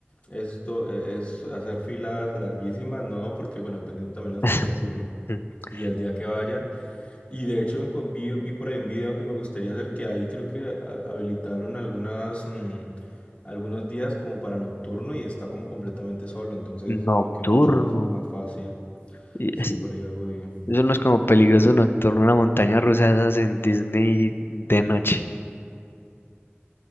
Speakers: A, on the left; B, on the left.
A: esto eh, es hacer filas larguísimas, ¿no? Porque, bueno, dependen también las
B: <laughs>
A: fechas y, y el día que vayas. Y de hecho enco- vi, vi por ahí un video que me gustaría hacer, que ahí creo que ha- habilitaron algunas, mm, algunos días como para nocturno y está como completamente solo, entonces es
B: Nocturno.
A: como que mucho más, más fácil.
B: Y
A: Sí,
B: es-
A: por ahí algo bien.
B: Eso no es como peligroso nocturno, una montaña rusa de esas en Disney de noche.